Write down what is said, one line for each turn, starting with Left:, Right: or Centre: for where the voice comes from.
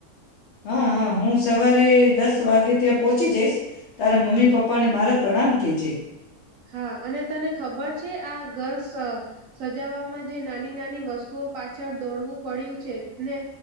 Left: હા હા હું સવારે દસ વાગે ત્યાં પોહોંચી જઈશ. તારા મમ્મી પપ્પા ને મારા પ્રણામ કેજે.
Right: હા અને તને ખબર છે આ ઘર સ સજાવામાં જે નાની નાની વસ્તુઓ પાછળ દોડવું પડ્યું છે ને